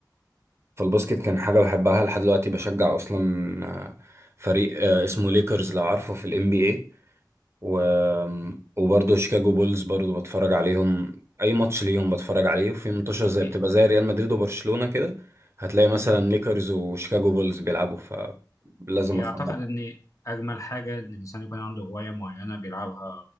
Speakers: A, on the right; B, on the left.
A: فالباسكت كان حاجه بحبها لحد دلوقتي بشجع اصلا آه، فريق آه، اسمه ليكرز لو عارفه في الام بي اي و... وبرضه شيكاغو بولز برضه بتفرج عليهم اي ماتش ليهم بتفرج عليه وفي ماتشات
B: إيه-
A: زي
B: إيه-
A: بتبقى زي ريال مدريد وبرشلونه كده هتلاقي مثلا ليكرز وشيكاغو بولز بيلعبوا فلازم
B: إيه،
A: اتفرج
B: أعتقد إن أجمل حاجة إن الإنسان يكون عنده هواية معينة بيلعبها